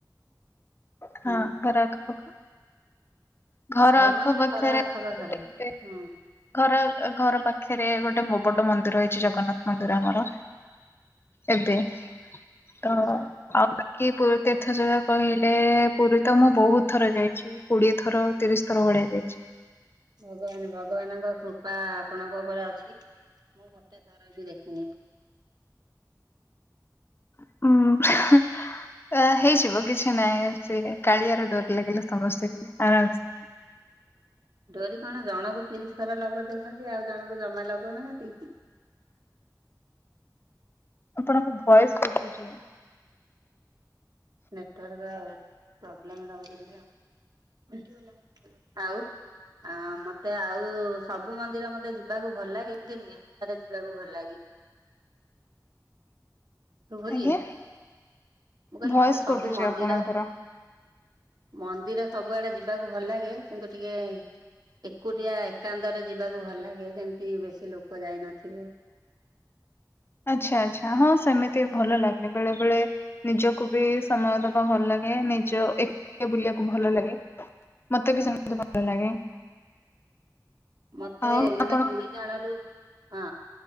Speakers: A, on the left; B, on the right.
A: ହଁ
B: ହୁଁ
A: ଘର ଆଖ ପାଖ। ଘର ଆଖପାଖରେ
B: ମୁଁ କହିଲି ଘର ଆଖ
A: <unintelligible>
B: ପାଖରେ ହୁଁ
A: ଘର ଆଖ୍ ଘର ପାଖରେ ଗୋଟେ ମୋବଡ ମନ୍ଦିର ହେଇଛି ଜଗନ୍ନାଥ ମନ୍ଦିର ଆମର। ଏବେ ତ
B: ଆଚ୍ଛା।
A: ଆଉ ବାକି ପୁରୀ ତୀର୍ଥ ଜାଗା କହିଲେ, ପୁରୀ ତ ମୁଁ ବହୁତ ଥର ଯାଇଛି। କୋଡ଼ିଏ ଥର ତିରିଶ ଥର ଭଳିଆ ଯାଇଛି।
B: ଭଗବାନେ, ଭଗବାନଙ୍କ କୃପା ଆପଣଙ୍କ ଉପରେ ଅଛି। ମୁଁ ଗୋଟେ ଥର ବି ଦେଖିନି।
A: ଉଁ। ଅ ହେଇଯିବ କିଛି ନାହିଁ ସେ କାଳିଆର ଡୋରି ଲାଗିଲା ସମସ୍ତେ ଆରାମ ସେ
B: ଡୋରି କଣ ଜଣଙ୍କୁ ତିରିଶ ଥର ଲଗେଇ ଦଉଛନ୍ତି। ଆଉ ଜଣଙ୍କୁ ଜମା ଲଗଉନାହାନ୍ତି କି?
A: ଆପଣଙ୍କ ଭଏସ କଟୁଛି।
B: ନେଟୱର୍କ ପ୍ରୋବ୍ଲେମ ରହୁଛି ଟିକେ। ଆଉ ଆ ମତେ ଆଉ ସବୁ ମନ୍ଦିର ମତେ ଯିବାକୁ ଭଲ ଲାଗେ <unintelligible> ସାରଜିବାକୁ ଭଲ ଲାଗେ। ଶୁଭୁଛି?
A: ଆଜ୍ଞା
B: ମୁଁ କହିଲି
A: ଭଏସ୍
B: ମତେ ସବୁ
A: କଟୁଛି
B: ମନ୍ଦିର
A: ଆପଣଙ୍କର
B: ମନ୍ଦିର ସବୁଆଡେ ଯିବାକୁ ଭଲ ଲାଗେ କିନ୍ତୁ ଟିକେ ଏକୁଟିଆ ଏକାନ୍ତରେ ଯିବାକୁ ଭଲ ଲାଗେ ଯେମତି ବେଶୀ ଲୋକ ଯାଇନଥିବେ।
A: ଆଚ୍ଛା ଆଚ୍ଛା ହଁ ସେମିତି ଭଲ ଲାଗେ ବେଳେ ବେଳେ ନିଜକୁ ବି ସମୟ ଦବା ଭଲ ଲାଗେ। ନିଜ ଏକ ବୁଲିବାକୁ ଭଲ ଲାଗେ। ମତେ ବି ସେମିତି ଭଲ ଲାଗେ।
B: ମତେ
A: ଆଉ
B: ମାନେ
A: ଆପଣ
B: ଦୁଇ ଜଣ ରୁ ହଁ